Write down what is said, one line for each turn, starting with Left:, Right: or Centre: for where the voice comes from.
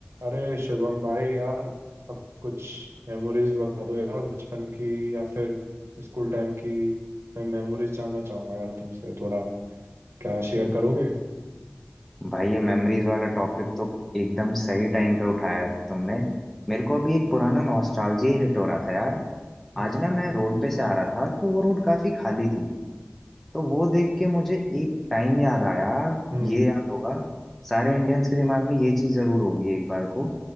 Right: अरे शिवम भाई यार अब कुछ मेमोरीज बता दो यार बचपन की या फिर स्कूल टाइम की मैं मेमोरीज जानना चाहूंगा यार तुमसे थोड़ा क्या शेयर करोगे
Centre: भाई ये मेमोरीज वाला टॉपिक तो एकदम सही टाइम पे उठाया तुमने मेरे को अभी एक पुराना नॉस्टैल्जिया हिट हो रहा था यार
Right: हम्म
Centre: आज ना मैं रोड पे से आ रहा था तो वो रोड काफी खाली थी तो वो देख के मुझे एक टाइम याद आया
Right: हम्म
Centre: ये याद होगा सारे इंडियंस के दिमाग में ये चीज जरूर होगी एक बार को